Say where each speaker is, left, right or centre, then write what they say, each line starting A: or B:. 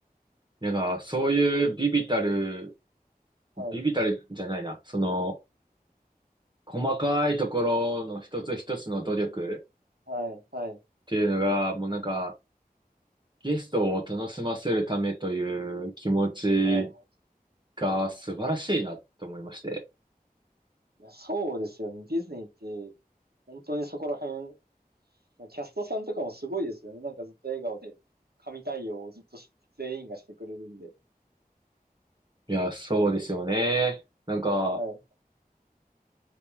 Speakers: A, on the right; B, on the right.
A: なんか、そういうビビたる、
B: はい、
A: ビビたるじゃないな、その、細かいところの一つ一つの努力っ
B: はい、はい、
A: ていうのが、もうなんか、ゲストを楽しませるためという気持ち
B: はい。
A: が素晴らしいなと思いまして。
B: いや、そうですよね。ディズニーって、本当にそこら辺、キャストさんとかもすごいですよね。なんかずっと笑顔で、神対応をずっと全員がしてくれるんで。
A: いや、そうですよね。なんか、
B: はい、